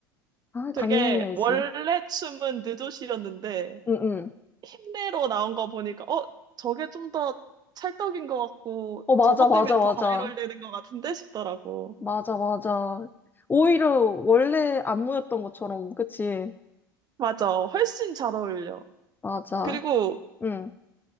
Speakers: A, on the left; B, on the right.
A: 아,
B: 되게
A: 당연히 알지.
B: 원래 춤은 느조시였는데
A: 응, 응.
B: 힘내로 나온 거 보니까 어 저게 좀 더 찰떡인 것 같고
A: 어, 맞아,
B: 저것
A: 맞아,
B: 때문에
A: 맞아.
B: 더 바이럴 되는 것 같은데 싶더라고.
A: 맞아, 맞아. 오히려 원래 안무였던 것처럼, 그치?
B: 맞아. 훨씬 잘 어울려.
A: 맞아.
B: 그리고
A: 응,